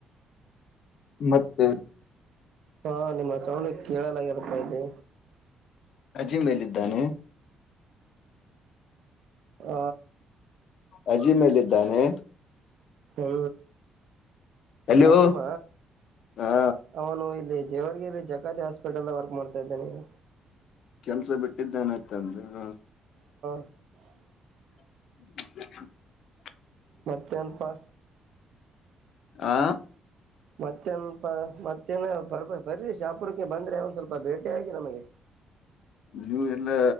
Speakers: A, on the left; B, on the right.
A: ಮತ್ತೆ
B: ಹಾ ನಿಮ್ಮ್ ಸೌಂಡ ಕೇಳಲಾಗ್ಯಾದಪ ಇದು
A: ಅಜಿ ಮೇಲಿದ್ದಾನೆ
B: ಹ
A: ಅಜೀ ಮೇಲ್ಲ ಇದ್ದಾನೆ
B: ಹ್
A: ಹಲೋ
B: ಅಜೀಮ
A: ಆ
B: ಅವನು ಇಲ್ಲಿ ಜೇವರ್ಗಿಲ್ಲಿ ಜಕಾತಿ ಹಸ್ಪ ಪಟಲ್ಲ ವರ್ಕ್ ಮಾಡ್ತಾ ಇದ್ದೇನೆ ನೀ
A: ಕೆಲ್ಸ ಬಿಟ್ಟಿದ್ದನೆತ್ ಅಂದ್ರ
B: <inaudible>
A: ಹ್ಮ.
B: ಮತ್ತೆನಪಾ.
A: ಹಾ.
B: ಮತ್ತೆಪ ಮತ್ತೇನ ಬರ್ಬ ಬರಿ ಶಾಪುರಕ್ಕೆ ಬಂದ್ರೆ ಒಂದ ಸ್ವಲ್ಪ ಭೇಟಿ ಆಾಗಿಿ ನಮಗೆ. ಹ.
A: ನೀವು ಎಲ್ಲ